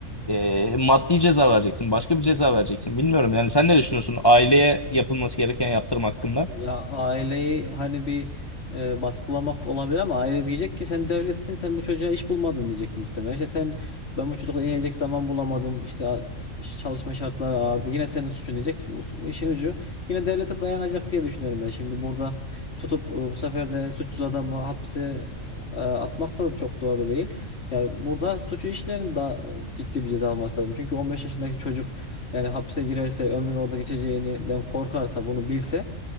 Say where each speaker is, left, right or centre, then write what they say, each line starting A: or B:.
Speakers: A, on the left (about 20°); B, on the left (about 55°).
A: e, maddi ceza vereceksin, başka bir ceza vereceksin. Bilmiyorum yani sen ne düşünüyorsun aileye yapılması gereken yaptırım hakkında?
B: Ya aileyi hani bir e, baskılamak olabilir ama aile diyecek ki sen devletsin sen bu çocuğa iş bulmadın diyecek muhtemelen. İşte sen ben bu çocukla inecek zaman bulamadım işte a- iş- çalışma şartları ağırdı yine senin suçun diyecek. O, o işin ucu yine devlete dayanacak diye düşünüyorum ben. Şimdi burada tutup e, bu sefer de suçsuz adamı hapse e, atmak da çok doğru değil. Ya burada suçu işleyenin daha e, ciddi bir ceza alması lazım. Çünkü 15 yaşındaki çocuk yani hapse girerse ömrünü orada geçeceğinden korkarsa bunu bilse